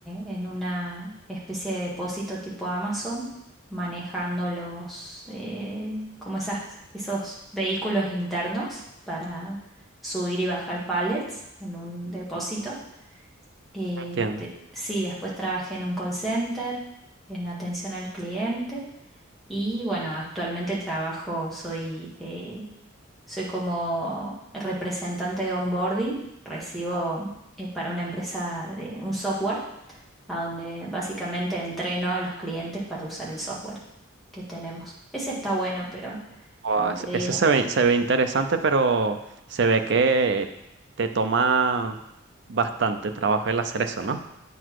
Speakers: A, in the centre; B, on the right.
A: en una especie de depósito tipo Amazon, manejando los, eh, como esas, esos vehículos internos para subir y bajar pallets en un depósito. Eh,
B: Entiendo.
A: te- sí, después trabajé en un call center, en atención al cliente. Y bueno, actualmente trabajo, soy, eh, soy como representante de onboarding, recibo eh, para una empresa de un software a donde básicamente entreno a los clientes para usar el software que tenemos. Ese está bueno, pero
B: Wow,
A: como
B: ese
A: te digo.
B: ese se ve, se ve interesante, pero se ve que te toma bastante trabajo el hacer eso, ¿no?